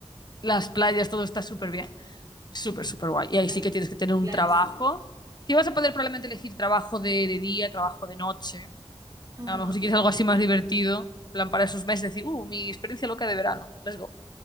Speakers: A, on the left; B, on the right.
A: las playas, todo está súper bien. Súper, súper guay. Y
B: Claro,
A: ahí sí que tienes que tener un
B: claro,
A: trabajo.
B: sí.
A: Si vas a poder probablemente elegir trabajo de, de día, trabajo de noche.
B: Ah,
A: A lo mejor si quieres
B: bien,
A: algo así más
B: bien.
A: divertido, en plan para esos meses, decir, uh, mi experiencia loca de verano, let's go.